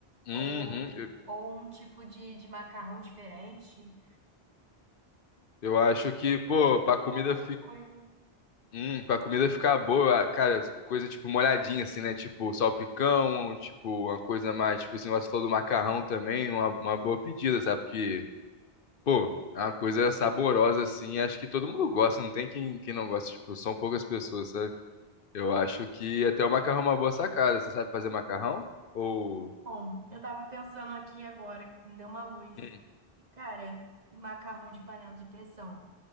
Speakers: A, on the left (about 60°); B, on the right (about 45°).
A: Uhum.
B: Ou,
A: Eu,
B: ou um tipo de, de macarrão diferente.
A: eu
B: Vou
A: acho
B: ter que
A: que, pô,
B: vou ter que
A: pra
B: procurar
A: comida
B: alguma coisa.
A: Hum, pra comida ficar boa, cara, coisa tipo molhadinha, assim, né? Tipo salpicão, tipo uma coisa mais, tipo esse negócio que você falou do macarrão também, uma, uma boa pedida, sabe? Porque, pô, é uma coisa saborosa, assim, acho que todo mundo gosta, não tem quem, quem não gosta, tipo, são poucas pessoas, sabe? Eu acho que até o macarrão é uma boa sacada. Você sabe fazer macarrão? Ou.
B: Bom, eu tava pensando aqui agora, que me deu uma luz.
A: Hum.
B: Cara, macarrão de panela de pressão.